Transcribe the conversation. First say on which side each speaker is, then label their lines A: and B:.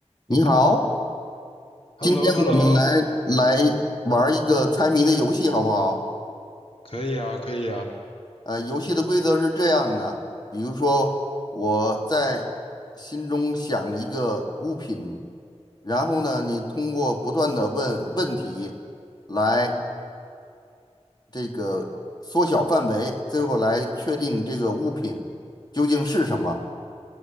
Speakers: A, on the left (about 40°); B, on the left (about 55°).
A: 你好，今天我们来来玩儿一个猜谜的游戏，
B: h e l l o h e l l o
A: 好不好？
B: 可以啊，可以啊，
A: 呃，游戏的规则是这样的，比如说我在心中想一个物品，然后呢，你通过不断的问问题来这个缩小范围，最后来确定这个物品究竟是什么。